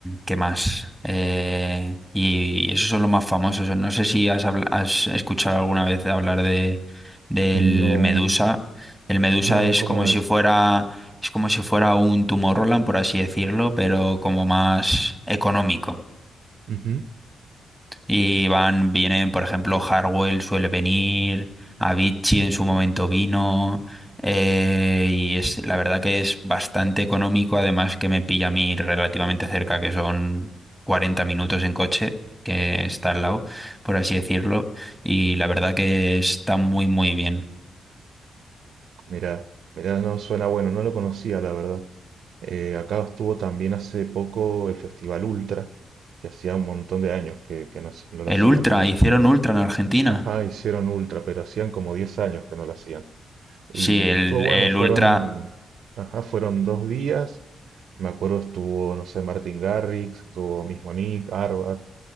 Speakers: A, in the centre; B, on the right.
A: ¿qué más? Eh, y, y esos son los más famosos. No sé si has, habl- has escuchado alguna vez hablar de, del
B: No,
A: Medusa. El Medusa
B: no, no,
A: es
B: ¿cómo
A: como si
B: es?
A: fuera, es como si fuera un Tomorrowland, por así decirlo, pero como más económico.
B: Ujú.
A: Y van, vienen, por ejemplo, Hardwell suele venir, Avicii en su momento vino, eh, y es la verdad que es bastante económico, además que me pilla a mí relativamente cerca, que son 40 minutos en coche, que está al lado, por así decirlo, y la verdad que está muy, muy bien.
B: Mirá, mirá, no suena bueno, no lo conocía, la verdad. Eh, acá estuvo también hace poco el Festival Ultra, que hacía un montón de años que, que no, se- no lo
A: El
B: hacían.
A: Ultra, hicieron Ultra en Argentina.
B: Ajá, hicieron Ultra, pero hacían como 10 años que no lo hacían. Y
A: Sí, el,
B: estuvo bueno,
A: el
B: fueron,
A: Ultra.
B: ajá, fueron dos días. Me acuerdo estuvo, no sé, Martin Garrix, estuvo mismo Nick, Arbat,